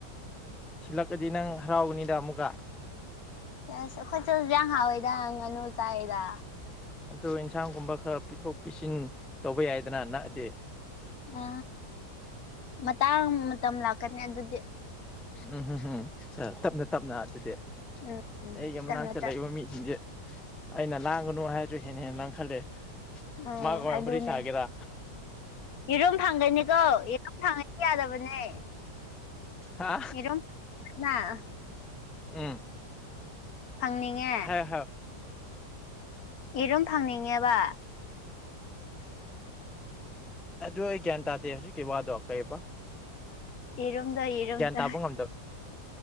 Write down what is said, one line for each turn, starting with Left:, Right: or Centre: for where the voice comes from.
Centre: ꯊꯜꯂꯛꯀꯗꯤ ꯅꯪ ꯍꯔꯥꯎꯒꯅꯤꯗ ꯑꯃꯨꯛꯀ
Left: ꯑꯁ ꯑꯩꯈꯣꯏ ꯆꯁ ꯌꯥꯝ ꯍꯥꯎꯦꯗ ꯉꯥꯅꯨ ꯆꯥꯏꯗ
Centre: ꯑꯗꯨꯣ ꯏꯟꯁꯥꯡꯒꯨꯝꯕ ꯈꯔ ꯄꯤꯊꯣꯛ ꯄꯤꯁꯤꯟ ꯇꯧꯕ ꯌꯥꯏꯗꯅ ꯅꯛꯑꯗꯤ
Left: ꯑ ꯃꯇꯥꯡ ꯃꯇꯝ ꯂꯥꯛꯀꯅꯤ ꯑꯗꯨꯗꯤ
Centre: ꯎꯝ ꯎꯝ ꯎꯝ ꯇꯞꯅ ꯇꯞꯅ ꯑꯗꯨꯗꯤ
Left: ꯎꯝ ꯎꯝ
Centre: ꯑꯩ ꯃꯅꯥꯛꯇ
Left: ꯇꯞꯅ ꯇꯞ
Centre: ꯂꯩꯕ ꯃꯤꯁꯤꯡꯖꯦ ꯑꯩꯅ ꯂꯥꯡꯒꯅꯨ ꯍꯥꯏꯔꯁꯨ ꯍꯦꯟꯅ ꯍꯦꯟꯅ ꯂꯪ ꯈꯜꯂꯦ
Left: ꯎꯝ
Centre: ꯃꯥꯒ ꯃ
Left: ꯑꯗꯨꯅꯦ
Centre: ꯐꯔꯤ ꯁꯥꯒꯦꯔꯥ
Left: ꯌꯦꯔꯨꯝ ꯐꯪꯒꯅꯤꯀꯣ ꯌꯦꯔꯨꯝ ꯐꯪꯉꯗꯤ ꯌꯥꯗꯕꯅꯦ
Centre: ꯍꯥ
Left: ꯌꯦꯔꯨꯝ ꯀꯅꯥ
Centre: ꯑꯝ
Left: ꯐꯪꯅꯤꯡꯉꯦ
Centre: ꯍꯥ ꯍ <inaudible>
Left: ꯌꯦꯔꯨ ꯐꯪꯅꯤꯡꯉꯦꯕ
Centre: ꯑꯗꯨ ꯑꯩ ꯒ꯭ꯌꯥꯟ ꯇꯥꯗꯦ ꯍꯧꯖꯤꯛꯀꯤ ꯋꯥꯗꯣ ꯀꯩꯑꯕ
Left: ꯌꯦꯔꯨꯝꯗꯣ ꯌꯦꯔꯨꯝꯗꯣ
Centre: ꯇꯥꯕ ꯉꯝꯗꯕ